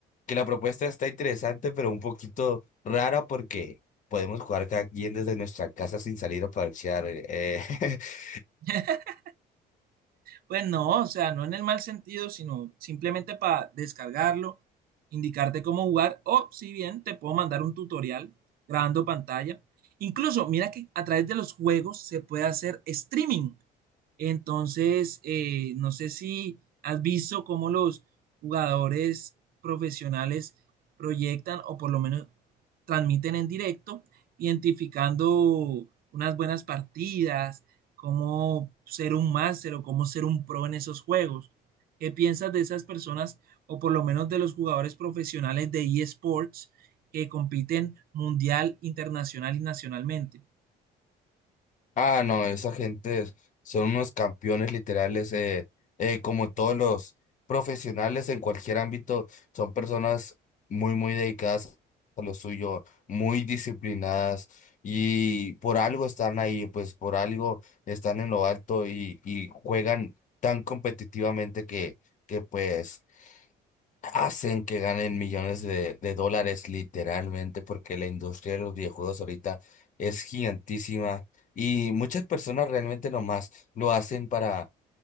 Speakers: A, on the left; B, on the right.
A: que la propuesta está interesante, pero un poquito rara porque podemos jugar cada quien desde nuestra casa sin salir a parchear. eh. <laughs>
B: <laughs> Pues no, o sea, no en el mal sentido, sino simplemente para descargarlo, indicarte cómo jugar, o si bien te puedo mandar un tutorial grabando pantalla. Incluso, mira que a través de los juegos se puede hacer streaming. Entonces, eh, no sé si has visto cómo los jugadores profesionales proyectan o por lo menos transmiten en directo, identificando unas buenas partidas, cómo ser un máster o cómo ser un pro en esos juegos. ¿Qué piensas de esas personas o por lo menos de los jugadores profesionales de eSports que compiten mundial, internacional y nacionalmente?
A: Ah, no, esa gente son unos campeones literales, eh, eh, como todos los profesionales en cualquier ámbito, son personas muy, muy dedicadas a lo suyo, muy disciplinadas y por algo están ahí, pues por algo están en lo alto y, y juegan tan competitivamente que, que pues hacen que ganen millones de, de dólares literalmente porque la industria de los videojuegos ahorita es gigantísima y muchas personas realmente nomás lo hacen para,